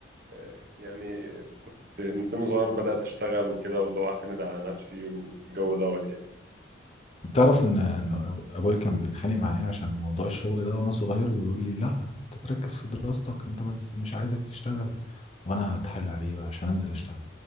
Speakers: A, on the right; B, on the left.
A: آه، يعني كنت من سن صغير بدأت اشتغل وكده واللي هو اعتمد على نفسي والجو دوت يعني
B: تعرف ان إن ابويا كان بيتخانق معايا عشان موضوع الشغل ده وانا صغير ويقول لي لا انت تركز في دراستك انت ما تز- مش عايزك تشتغل وانا اتحايل عليه بقى عشان انزل اشتغل